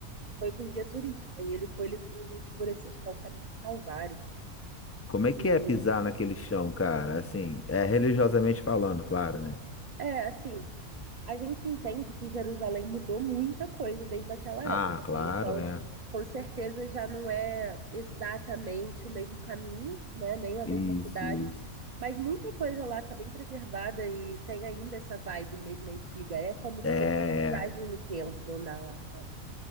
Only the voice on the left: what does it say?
Como é que
é pisar naquele chão, cara? Assim, é religiosamente falando, claro, né?
Ah,
claro,
é.
Isso,
isso.
É. é.